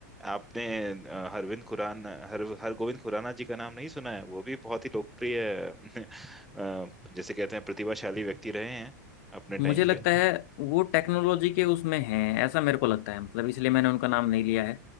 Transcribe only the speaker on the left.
मुझे
लगता
है वो टेक्नोलॉजी के उसमें हैं ऐसा मेरे को लगता है मतलब इसलिए मैंने उनका नाम नहीं लिया है